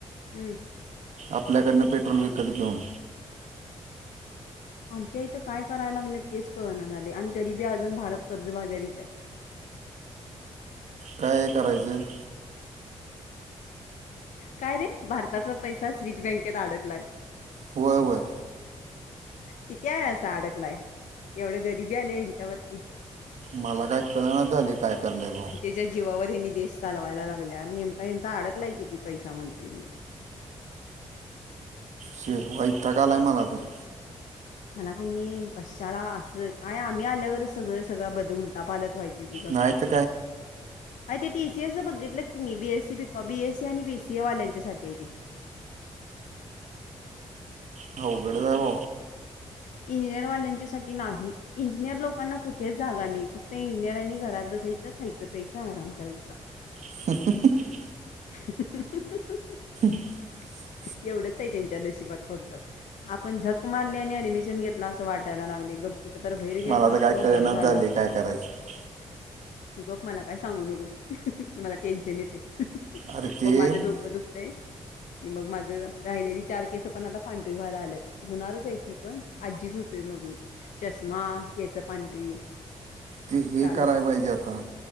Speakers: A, on the left; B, on the right.
A: हम्म
B: आपल्याकडनं पेट्रोल विकत घेऊन
A: आमच्या इथं काय करायला लागल्यात तेच कळण्यात आले आणि तरी बी अजून भारत कर्जबाजारीच आहे
B: काय करायचं
A: काय रे भारताचा पैसा स्विच बँकेत अडकलाय
B: होय होय
A: किती आहे असं अडकलाय एवढं गरीिबी आले हच्यावरती
B: मला काय कळण झाली काय करलेल
A: च्या जीवावर यांनी देश चालवायला लागल्या नेमका यांचा अडकलाय किती पैसा मंत्रिनी
B: से हो अई ठााला आहे मला तर
A: मला क नाही कशाला असं काय आम्ही आल्यावरच सगळं सगळं बदल उलता पालत व्हाय दीग
B: नाही
A: काय
B: तर
A: कोण अस ते टीसीएसच बघितलं की मी बीएसी ब बीएसी आणि बीसीए वाल्यांच्यासाठी आहे
B: ह उघड जा ब
A: इंजिनिअरवाल्यांच्या सा नाही इंजिनिअर लोकांना कुठेच जागा नाही फक्त इंजिनिअरांनी घरात बसायच खायचं प्यायं आराम करायचा
B: ह
A: ह
B: <unintelligible>
A: एवढंच आहे त्यांच्या नशिबात फक्त आपण झक मारली आणि ऍडमिशन घेतला असं वाटायला लागले ग् कुठ तर बहीर गेला
B: मला
A: असतो
B: तर काय कळनाच
A: बरं झालं
B: झाले
A: असत
B: काय करायचं
A: तू ग मला काय सांगू नकोस मला टेन्शन येते
B: अरे ते
A: मग माझं डोकं दुखतं आणि मग माझं राहिलेली चार केसं पण आता पांढरी व्हायला आल्यात होणारच आहे ती पण आजीच होतोय मग मी चष्मा केस पांडरी
B: ते हे
A: झालं
B: करायला
A: सगत
B: पाहिजे आता